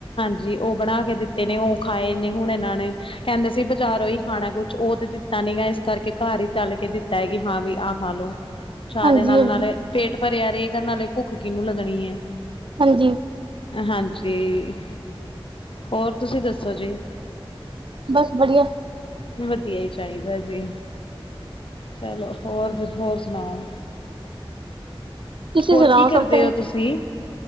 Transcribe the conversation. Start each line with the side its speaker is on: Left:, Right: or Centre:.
Left: ਉਹ ਬਣਾ ਕੇ ਦਿਤੇ ਨੇ ਉਹ ਖਾਏ ਨੇ ਹੁਣ ਇਹਨਾਂ ਨੇ ਕਹਿਦੇ ਸੀ ਬਜ਼ਾਰੋਂ ਹੀ ਖਾਣਾ ਕੁਛ ਉਹ ਤੇ ਦਿਤਾ ਨਹੀ ਇਸ ਕਰਕੇ ਘਰ ਹੀ ਤਲ ਕੇ ਦਿਤਾ ਹੈਗੀ ਹਾਂ ਵੀ ਆਹ ਖਾ ਲੋ ਚਾਹ
Right: ਹਾਂਜੀ
Left: ਦੇ ਨਾਲ
Right: ਹਾਂਜੀ
Left: ਨਾਲੇ ਪੇਟ ਭਰਿਆ ਰਹੇਗਾ ਨਾਲੇ ਭੁੱਖ ਕਿਹਨੂੰ ਲੱਗਣੀ ਹੈ।
Right: ਹਾਂਜੀ
Left: ਹਾਂਜੀ- ਹੋਰ ਤੁਸੀ ਦਸੋ ਜੀ
Right: ਬਸ ਵਧੀਆ-
Left: ਵਧੀਆ ਹੀ ਚਾਹੀਦਾ ਜੀ ਚਲੋ- ਹੋਰ ਹੋਰ ਸੁਣਾਓ
Right: ਤੁਸੀਂ
Left: ਹੋਰ
Right: ਸੁਣਾਓ
Left: ਕੀ ਕਰਦੇ
Right: ਸਭ ਚੰਗਾ
Left: ਹੋ ਤੁਸੀ